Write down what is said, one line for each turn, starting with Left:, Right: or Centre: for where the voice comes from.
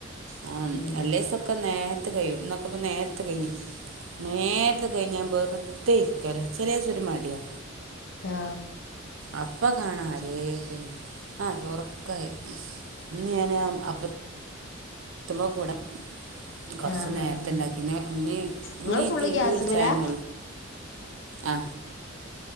Right: ആ
Left: ഉം
Right: അല്ലേ ക്കെ നേരത്ത് കഴിയും ഇന്നൊക്കെപ്പ നേരത്തെ കഴിഞ്ഞു നേരത്തെ കഴിഞ്ഞാൻ വെറുതെ ഇരിക്കലാ ചിലെ ദിവസം ഒരു മടിയാ
Left: ആ
Right: അപ്പ കാണാ ആരേലും ആ ചോറ്ക്കായി ഇന്ന് ഞാന് അപ്പ <unintelligible> കൂടാം കുറച്ച്
Left: ആഹ്
Right: നേരത്തെ
Left: ആഹ്
Right: ഇണ്ടാക്കി ഇന്ന ഇനി
Left: ഇങ്ങള്
Right: ഇനി
Left: ഫുള്ള്
Right: തിരുമ്പി
Left: ഗ്യാസ്മ്മലാ
Right: വിളിചാൻ ആ